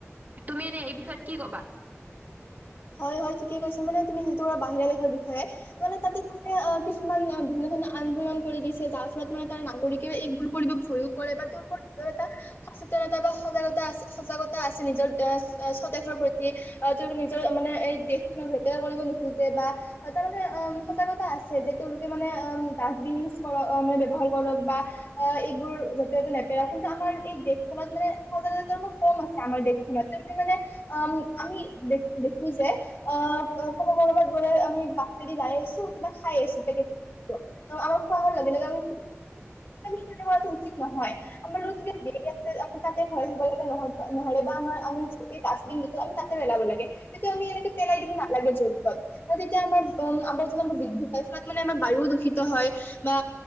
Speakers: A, on the right; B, on the left.
A: তুমি এনে এই বিষয়ত কি কবা?
B: হয়-হয় ঠিকে কৈছা মানে তুমি <unintelligible> ভাবিছাই মানে তাতে তুমি অ কিছুমান বিভিন্ন ধৰণৰ আন্দোলন কৰি দিছে যাৰ ফলত মানে তাৰ নাগৰিকেও এইবোৰ কৰিব ভয়ো কৰে বা এইটোৰ ওপৰত দুই এটা সচেতনতা বা সজাগতা আছে সজাগতা আছে নিজৰ <unintelligible> স্বদেশৰ সৈতে। তেওঁলোকে নিজ তেওঁ মানে এই দেশখনক লেতেৰা কৰিব নোখোঁজে, বা তাৰ মানে অ', সজাগতা আছে। যে তেওঁলোকে মানে ডাচবিন ইউচ কৰক ব্যৱহাৰ কৰক বা এইবোৰ যতে ততে নেপেক কিন্তু আমাৰ। দেশখনত মানে সজাগ ম কম আছে আমাৰ দেশখনত তেওঁলোকে মানে উম আমি। দেখো যে অ ক'ব ক'বাত গ'লে আমি বাছ যদি যাই আছো। কিবা খাই আছো পে টকেতো আমি খোৱাোৱাৰ লগে লগে আমি। মি কৰাটো উচিত নহয় আমাৰ ৰ যতিয়া দেৰি আছে আমি তাতে ঘৰে ধুব লাগে ন নহৰে বা আমাৰ। আমি য ডাষ্টবিন দিলোছে তাতে পেলাব লাগে। তেতিয়া আমি এনেকে পেলাই দিব নালাগে য'ত তত ন তেতিয়া আমাৰম আমাৰ য আম বৃদ্ধি পাইছো ত মানে আমাৰ বায়ু। দূষিত হয় বা